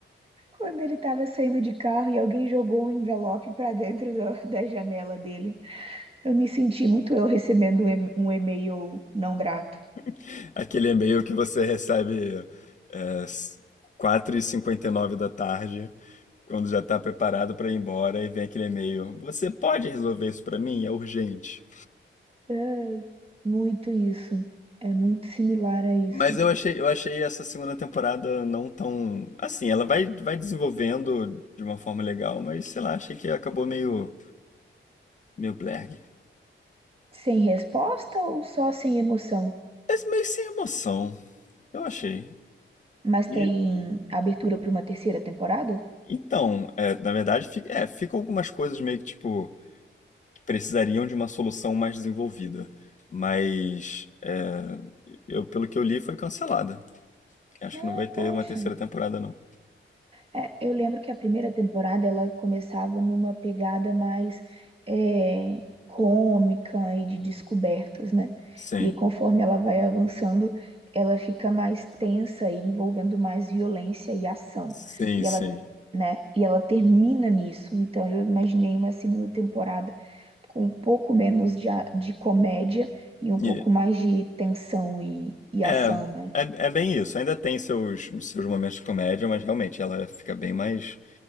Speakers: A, on the right; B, on the left.
A: Quando ele estava saindo de carro e alguém jogou um envelope para dentro do- <laughs> da janela dele, eu me senti muito eu recebendo um e- um e-mail não grato.
B: <laughs> Aquele e-mail que você recebe é, quatro e cinquenta e nove da tarde Quando já tá preparado pra ir embora e vem aquele e-mail. Você pode resolver isso pra mim? É urgente.
A: Ai, muito isso. É muito similar a isso.
B: Mas eu achei, eu achei essa segunda temporada não tão. Assim, ela vai, vai desenvolvendo de uma forma legal, mas sei lá, achei que acabou meio. meio blerg.
A: Sem resposta ou só sem emoção?
B: Mas meio sem emoção, eu achei.
A: Mas tem
B: E,
A: abertura para uma terceira temporada?
B: então, é, na verdade, fi- é, ficam algumas coisas meio que tipo. que precisariam de uma solução mais desenvolvida. Mas. é, eu, pelo que eu li, foi cancelada. Acho que
A: Ah,
B: não vai ter
A: poxa.
B: uma terceira temporada, não.
A: É, eu lembro que a primeira temporada ela começava numa pegada mais é, cômica e de descobertas, né?
B: Sim,
A: E conforme ela vai avançando, ela fica mais tensa e envolvendo mais violência e ação.
B: sim,
A: E
B: sim.
A: ela, né? E ela termina nisso. Então eu imaginei uma segunda temporada com um pouco menos de, a- de comédia e um
B: E-
A: pouco mais de tensão e, e
B: é,
A: ação, né?
B: é, é bem isso. Ainda tem seus, seus momentos de comédia, mas realmente ela fica bem mais,